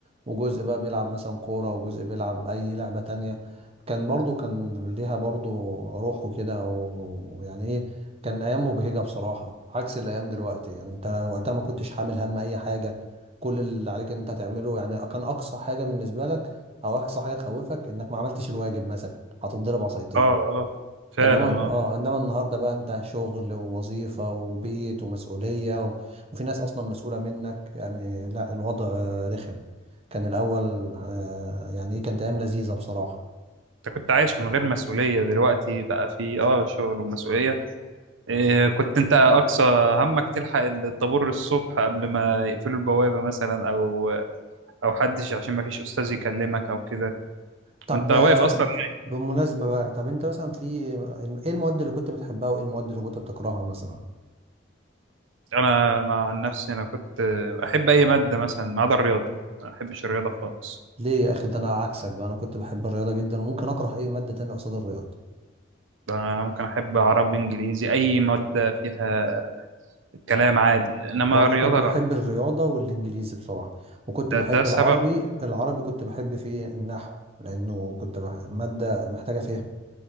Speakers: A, on the right; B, on the right.
A: وجزء بقى بيلعب مثلا كورة وجزء بيلعب أي لعبة تانية كان برضو كان ليها برضو روح وكده و- ويعني ايه كان أيام مبهجة بصراحة عكس الأيام دلوقتي يعني انت وقتها ما كنتش حامل هم أي حاجة كل اللي عليك ان انت تعمله يعني كان أقصى حاجة بالنسبة لك أو أقصى حاجة تخوفك إنك ما عملتش الواجب مثلا هتتضرب عصايتين
B: اه اه فعلا
A: انما
B: اه
A: اه انما النهارده بقى انت شغل ووظيفه وبيت ومسؤوليه و... وفي ناس اصلا مسؤوله منك يعني لا الوضع آه، رخم كان الاول آه، يعني ايه كانت ايام لذيذه بصراحه
B: انت كنت عايش من غير مسؤوليه دلوقتي بقى في اه شغل ومسؤوليه إيه كنت انت اقصى همك تلحق الطابور الصبح قبل ما يقفلوا البوابه مثلا او او حدش عشان ما فيش استاذ يكلمك او كده
A: طب
B: وانت واقف
A: آه،
B: اصلا
A: ب- بالمناسبه بقى طب انت مثلا في ايه المواد اللي كنت بتحبها وايه المواد اللي كنت بتكرهها مثلا
B: انا أنا عن نفسي انا كنت احب اي ماده مثلا ما عدا الرياضه أنا ما احبش الرياضه خالص
A: ليه يا اخي ده انا عكسك بقى انا كنت بحب الرياضه جدا وممكن اكره اي ماده تانية قصاد الرياضه
B: انا ممكن احب عربي انجليزي اي ماده فيها كلام عادي انما
A: ما انا
B: الرياضه
A: كنت بحب
B: لا
A: الرياضه والانجليزي بصراحه وكنت
B: ده,
A: بحب
B: ده سبب
A: العربي العربي كنت بحب فيه النحو لانه كنت بح... ماده محتاجه فيها